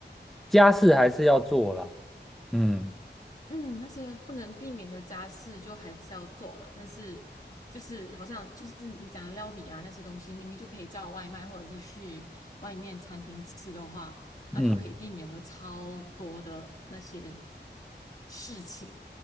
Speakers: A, in the centre; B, on the left (about 45°).
A: 家事还是要做啦。嗯
B: 嗯，那些不能避免的家事就还是要做了，但是就是好像就是你讲的料理啊那些东西，明明就可以叫外卖或者是去外面餐厅吃的话，
A: 嗯
B: 那就可以避免了超多的那些。事情，